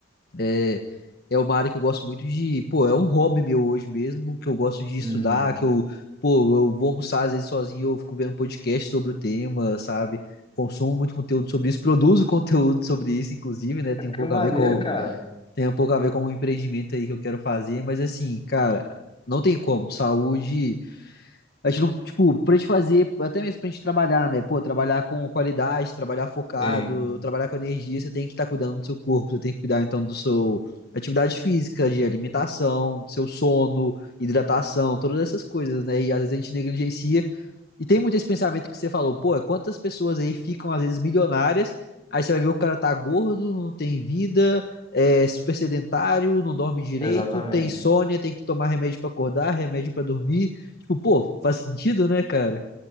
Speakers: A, on the left; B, on the left.
A: É, é uma área que eu gosto muito de. Pô, é um hobby meu hoje mesmo, que eu gosto de estudar,
B: Uhum.
A: que eu. Pô, eu vou almoçar às vezes sozinho, eu fico vendo podcast sobre o tema, sabe? Consumo muito conteúdo sobre isso, produzo <laughs> conteúdo sobre isso, inclusive, né? Tem
B: É Que
A: um pouco
B: maneiro,
A: a ver com,
B: cara.
A: tem um pouco a ver com o empreendimento aí que eu quero fazer, mas assim, cara, não tem como. Saúde. A gente não, tipo, pra gente fazer, até mesmo pra gente trabalhar, né? Pô, trabalhar com qualidade, trabalhar focado,
B: Sim.
A: trabalhar com energia, você tem que estar cuidando do seu corpo, você tem que cuidar então do seu atividade física, de alimentação, do seu sono, hidratação, todas essas coisas, né? E às vezes a gente negligencia e tem muito esse pensamento que você falou, pô, quantas pessoas aí ficam às vezes milionárias, aí você vai ver o cara tá gordo, não tem vida, é super sedentário, não dorme direito,
B: Exatamente,
A: tem insônia, tem que tomar remédio pra acordar, remédio pra dormir. Tipo, pô, faz sentido, né, cara?